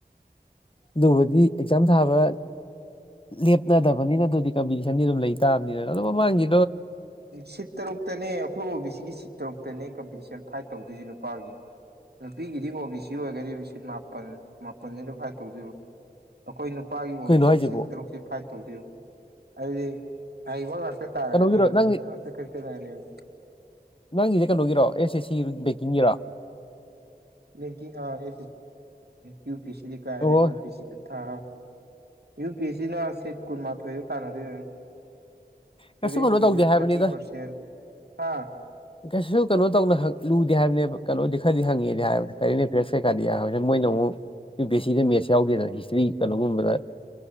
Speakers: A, on the left; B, on the right.
A: ꯑꯗꯨꯕꯨꯗꯤ ꯑꯦꯛꯖꯥꯝ ꯊꯥꯕ ꯂꯦꯞꯅꯗꯕꯅꯤꯅ ꯑꯗꯨꯗꯤ ꯀꯝꯄꯤꯇꯤꯁꯟꯗꯤ ꯑꯗꯨꯝ ꯂꯩ ꯇꯥꯕꯅꯤꯗꯅ ꯑꯗꯨꯝ ꯃꯃꯥꯡꯒꯤ
B: ꯁꯤꯠ ꯇꯔꯨꯛꯇꯅꯦ ꯑꯩꯈꯣꯏ ꯑꯣꯕꯤ ꯁꯤꯒꯤ ꯁꯤꯠ ꯇꯔꯨꯛꯇꯅꯦ ꯀꯝꯄꯤꯇꯤꯁꯟ ꯐꯥꯏꯠ ꯇꯧꯗꯣꯏꯁꯤꯅꯣ ꯅꯨꯄꯥꯒꯤ ꯅꯨꯄꯤꯒꯤꯗꯤ ꯑꯣ ꯕꯤ ꯁꯤ ꯑꯣꯏꯒꯗꯤ ꯁꯤꯠ ꯃꯥꯄꯟ ꯃꯥꯄꯟꯁꯤ ꯑꯗꯨ ꯐꯥꯏꯕ ꯇꯧꯗꯣꯏꯕ ꯑꯩꯈꯣꯏ ꯅꯨꯄꯥꯒꯤ ꯑꯣ
A: ꯀꯩꯅꯣ
B: ꯕꯤ ꯁꯤ
A: ꯍꯥꯏꯁꯤꯕꯣ
B: ꯁꯤꯠ ꯇꯔꯨꯛꯁꯤ ꯐꯥꯏꯠ ꯇꯧꯗꯣꯏꯨ ꯑꯗꯨꯗꯤ ꯑꯕ ꯉꯥꯛꯇ ꯇꯥꯔꯛꯑꯅꯦꯕ
A: ꯀꯩꯅꯣꯒꯤꯔꯣ ꯅꯪꯒꯤ
B: ꯍꯩꯕ ꯉꯥꯛꯇ ꯈꯟꯀꯠꯅꯔꯅꯦꯕ
A: ꯅꯪꯒꯤꯁꯦ ꯀꯩꯅꯣꯒꯤꯔꯣ ꯑꯦꯁꯦ ꯁꯤ ꯏꯤꯔꯥ
B: ꯦꯡ ꯑꯦꯅꯤ ꯌ ꯄ ꯀꯥ
A: ꯑꯣ
B: ꯌ ꯄ ꯀ ꯊꯥ ꯌꯨ ꯄꯤ ꯑꯦꯁ ꯁꯤꯅ ꯁꯤꯠ ꯀꯨꯟꯃꯥꯊꯣꯏꯗ ꯇꯥꯟꯅꯗꯣꯏ ꯌꯥꯅꯤ ꯁꯚꯦꯟꯇꯤꯗꯨ
A: ꯀꯩꯁꯨ ꯀꯩꯅꯣ ꯇꯧꯗꯦ ꯍꯥꯏꯕꯅꯤꯗ
B: ꯊꯥꯔꯇꯤ ꯄꯔꯁꯦꯟ ꯍꯥ
A: ꯀꯩꯁꯨ ꯀꯩꯅꯣ ꯇꯧꯅ ꯂꯨꯗꯦ ꯍꯥꯏꯕꯅꯦꯕ ꯀꯩꯅꯣꯗꯤ ꯈꯔꯗꯤ ꯍꯪꯉꯦꯗꯤ ꯍꯥꯏꯕ ꯀꯔꯤ ꯐꯦꯁ ꯀꯩꯀꯥꯗꯤ ꯍꯥꯏ ꯃꯣꯏꯅ ꯑꯃꯨꯛ ꯌꯨ ꯄꯤ ꯑꯦꯁ ꯁꯤꯗ ꯃꯦꯠꯁ ꯌꯥꯎꯗꯦꯗꯅ ꯍꯤꯁꯇ꯭ꯔꯤ ꯀꯩꯅꯣꯒꯨꯝꯕꯗ